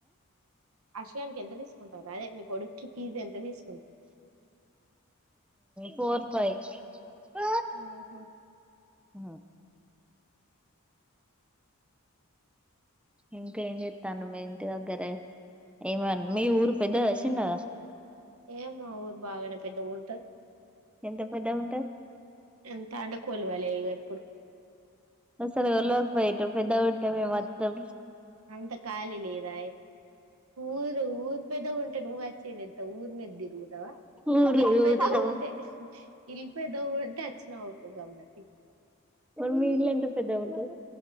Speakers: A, on the right; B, in the centre.
A: అసగానుక ఎంతని ఉంట అదే మీకు కొడుక్కి ఫీజ్ ఎంత తీసు
B: ఫోర్ ఫైవ్ ఆ
A: హమ్ ఉమ్
B: హ ఇంకా ఏం చెప్తాను మీ ఇంటి దగ్గరే ఏమ మీ ఊరు పెద్ద వచ్చండదా
A: ఏమ్ ఊరు బాగానే పెద్ద ఊంటారు
B: ఎంత పెద్దగా ఉంటది
A: ఎంత అంటే కొలువలే ఇప్పుడు
B: సరి లోక్ బయట్ పెద్ద ఉంటే మేము మొత్తం
A: అంత ఖళీ లేదా ఊరు ఊరు పెద ఉంటా నువ్వు వచ్చినే ఊర్ మెద ఇరుగుదవ
B: ఊరు
A: ఇల్
B: ఊత్తం
A: పయదగు ఉంటే ఇల్ పేదగు ఉంటే అచ్చనాతు గమ్మతి
B: మరి మీ ఇల్లు ఎంత పెద్దగా ఉంటది